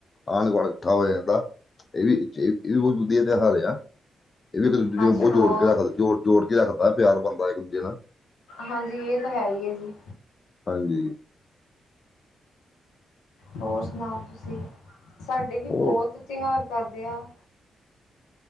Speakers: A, on the left (about 45°); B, on the left (about 85°).
A: ਆਂਢ ਗੁਆਂਢ ਇਕੱਠਾ ਹੋ ਜਾਂਦਾ। ਇਹ ਵੀ <unintelligible> ਬਹੁਤ ਵਧੀਆ ਤਿਉਹਾਰ ਆ। ਇਹ ਵੀ ਇੱਕ ਦੂਜੇ
B: ਹਾਂਜੀ
A: ਨੂੰ ਬਹੁ
B: ਬਹੁਤ,
A: ਜੋੜ ਕੇ ਰੱਖਦਾ, ਜੋੜ-ਜੋੜ ਕੇ ਰੱਖਦਾ, ਪਿਆਰ ਬਣਦਾ ਇੱਕ ਦੂਜੇ ਨਾਲ।
B: ਹਾਂਜੀ, ਇਹ ਤਾਂ ਹੈ ਈ ਐ ਜੀ।
A: ਹਾਂਜੀ।
B: ਹੋਰ ਸੁਣਾਓ ਤੁਸੀਂ, ਸਾਡੇ ਵੀ ਬਹੁਤ
A: ਹੋਰ
B: ਤਿਉਹਾਰ ਕਰਦੇ ਆ।